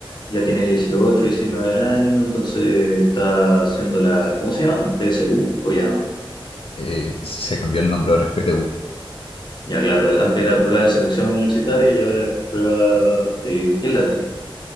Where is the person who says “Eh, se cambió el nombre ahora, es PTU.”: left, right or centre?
Left